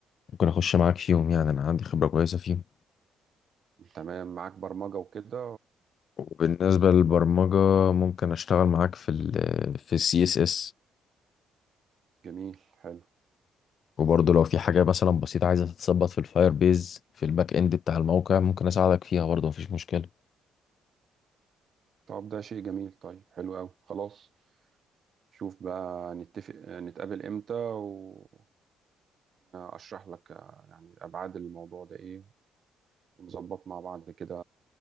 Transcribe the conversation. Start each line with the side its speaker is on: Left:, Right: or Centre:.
Left: ممكن اخش معاك فيهم يعني انا عندي خبرة كويسة فيهم
Right: تمام معاك برمجة وكده
Left: وبالنسبة للبرمجة ممكن اشتغل معاك في ال في السي اس اس
Right: جميل حلو
Left: وبرضه لو في حاجة مثلا بسيطة عايزة تتظبط في الفاير بيز في الباك اند بتاع الموقع ممكن اساعدك فيها برضه مفيش مشكلة
Right: طب ده شيء جميل طيب حلو قوي خلاص شوف بقى نتفق نتقابل امتى وعشان اشرح لك آه، يعني ابعاد الموضوع ده ايه ونظبط مع بعض كده